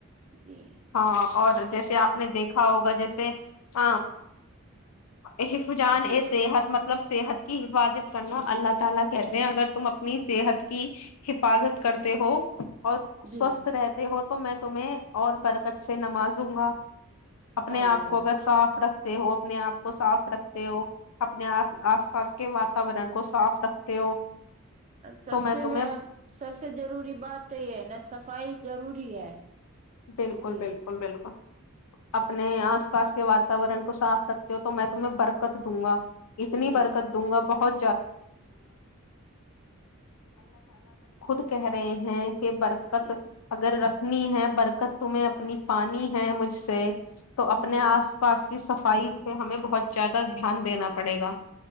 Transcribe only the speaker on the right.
جی
جی
جی
ہاں
جی
ہاں
جی
سب
سے
میں سب سے ضروری بات تو یہ ہے نا سف صفائی ضروری ہے
جی
جی
جی
جی
جی